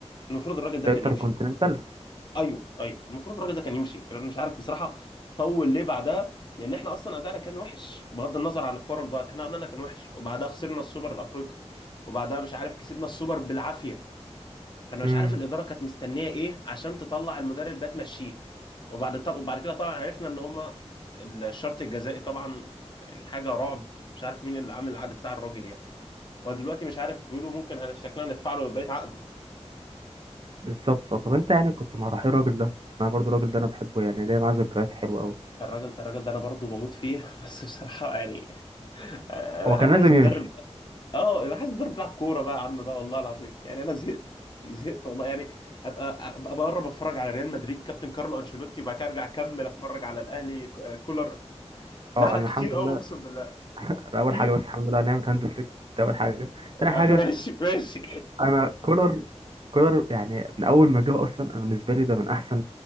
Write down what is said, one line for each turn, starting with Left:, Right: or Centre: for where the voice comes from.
Left: المفروض الراجل ده
Right: إنتر
Left: كان يمشي
Right: كونتيننتال
Left: ايوه ايوه المفروض الراجل ده كان يمشي انا مش عارف بصراحه طول ليه بعدها لان احنا اصلا ادائنا كان وحش بغض النظر عن الكوره اللي ضاعت احنا ادائنا كان وحش وبعدها خسرنا السوبر الافريقي وبعدها مش عارف كسبنا السوبر بالعافيه فانا مش
Right: امم
Left: عارف الاداره كانت مستنيه ايه عشان تطلع المدرب ده تمشيه وبعد طب وبعد كده طبعا عرفنا ان هما الشرط الجزائي طبعا يعني حاجه رعب مش عارف مين اللي عامل العقد بتاع الراجل يعني ودلوقتي مش عارف بيقولوا ممكن هن- شكلنا هندفع له بقيه عقده
Right: بالظبط آه، طب أنت يعني كنت مع رحيل الراجل ده بس أنا برضو الراجل ده أنا بحبه يعني ليا معاه ذكريات حلوة أوي
Left: الراجل الراجل ده انا برضه بموت فيه <laughs> بس بصراحه يعني انا
Right: هو كان
Left: أنا عايز
Right: لازم
Left: مدرب
Right: يمشي
Left: اه انا عايز مدرب بيلعب كوره بقى يا عم بقى والله العظيم يعني انا زهقت زهقت والله يعني ابقى ابقى بره بتفرج على ريال مدريد كابتن كارلو انشيلوتي وبعد كده ارجع اكمل اتفرج على الاهلي ك- آه، كولر لا
Right: أه
Left: لا
Right: أنا
Left: كتير
Right: الحمد
Left: قوي
Right: لله
Left: اقسم بالله
Right: <laughs> ده اول
Left: كتير
Right: حاجه بس الحمد لله على نعمه هانز فليك ده اول حاجه
Left: <laughs>
Right: تاني حاجه
Left: ماشي ماشي
Right: انا كولر كولر يعني من اول ما جه اصلا انا بالنسبه لي ده من احسن